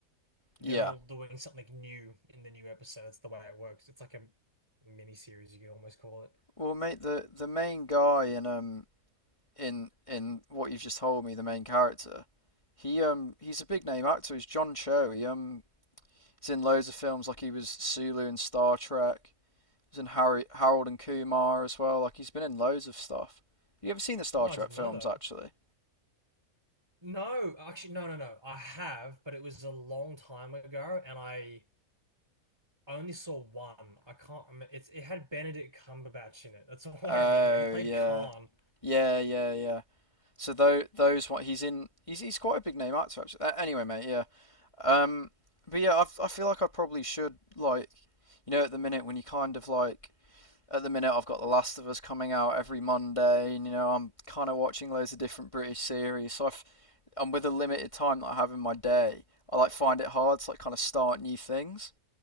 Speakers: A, on the right; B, on the left.
A: They're
B: Yeah.
A: all doing something new in the new episode. That's the way it works. It's like a mini series, you could almost call it.
B: Well, mate, the the main guy in um in in what you've just told me, the main character, he um he's a big name actor. He's John Cho. He um he's in loads of films like he was Sulu in Star Trek. He's in Harry, Harold and Kumar as well. Like he's been in loads of stuff. Have you ever seen the Star
A: Oh, I
B: Trek
A: didn't
B: films
A: know that.
B: actually?
A: No, actually, no, no, no. I have, but it was a long time ago, and I only saw one. I can't remember. It's it had Benedict Cumberbatch in it. That's <laughs> all
B: Oh
A: I remember. He played
B: yeah,
A: Khan.
B: yeah, yeah, yeah. So though those one he's in he's he's quite a big name actor actually. Uh, anyway, mate, yeah. Um, but yeah, I I feel like I probably should like you know at the minute when you kind of like at the minute I've got The Last of Us coming out every Monday, and you know I'm kind of watching loads of different British series. So I've, and with a limited time that I have in my day, I like find it hard to like kind of start new things.